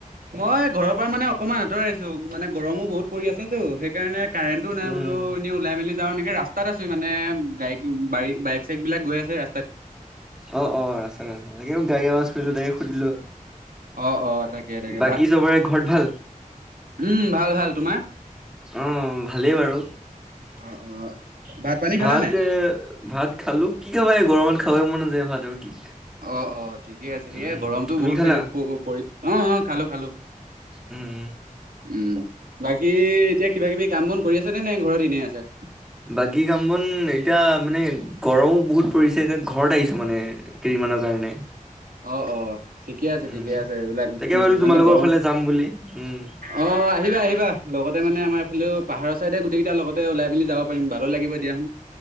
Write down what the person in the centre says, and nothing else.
উম
অঁ', -অঁ', ৰাস্তাত আছা, সেনেকে
বাকী' চবৰে ঘৰত ভাল?
উমঁ, ভালেই বাৰু।
ভাত
যে ভাত খালো, কি খাবা এই গৰমত খাব মন নাযায় ভাত আৰু কি।
উম
তুমি
খালা
উম।
বাকী' কাম-বন এতিয়া মানে গৰম বহুত পৰিছে যে ঘৰত আহিছো মানে। কেইদিনমানৰ কাৰণে।
উম
তাকে
ভাবিলো তোমালোকৰ
ফালে যাম বুলি উম